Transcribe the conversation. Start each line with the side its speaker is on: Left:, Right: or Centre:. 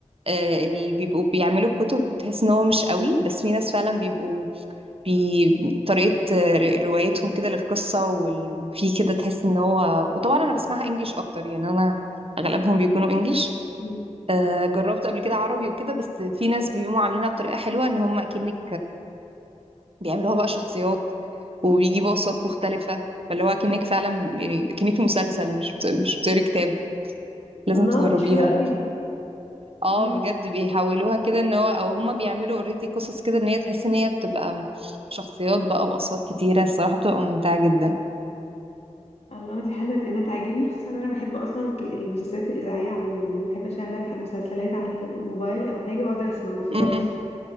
Right: آه، اللي بيبقوا بيعملوا كتب بتحس ان هو مش قوي بس في ناس فعلا بيبقوا بي... طريقة آه، ر- روايتهم كده للقصة وال- وفي كده تحس ان هو وطبعا انا بسمعها انجليش اكتر يعني انا اغلبهم بيكونوا انجليش
Left: مم.
Right: آه، جربت قبل كده عربي وكده بس في ناس بيقوموا عاملينها بطريقة حلوة ان هم اكنك بيعملوها بقى شخصيات وبيجيبوا أصوات مختلفة فاللي هو كأنك فعلا يعني كأنك في مسلسل مش بت... مش بتقري كتاب لازم
Left: الله
Right: تجربيها
Left: دي حلوه قوي دي
Right: اه
Left: امم
Right: بجد بيحولوها كده ان هو او هما بيعملوا اوريدي قصص كده ان هي تحس ان هي بتبقى شخصيات بقى واصوات كتيره الصراحه بتبقى ممتعه جدا
Left: الله دي حلوه دي انا تعجبني خصوصا ان انا بحب اصلا ك- المسلسلات الاذاعيه عموما يعني بحب اشغل ح- مسلسلات على الموبايل او حاجه واقعد اسمع ما اتفرجش
Right: امم